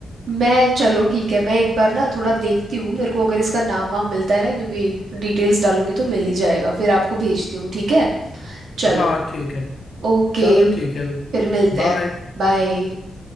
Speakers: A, on the right; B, on the left.
A: मैं चलो ठीक है मैं एक बार ना थोड़ा देखती हूँ मेरे को अगर इसका नाम वाम मिलता है ना क्योंकि डिटेल्स डालूंगी तो मिल ही जाएगा फिर आपको भेजती हूँ ठीक है चलो
B: हाँ ठीक है
A: ओके
B: चलो ठीक है
A: फिर मिलते हैं
B: बाय
A: बाय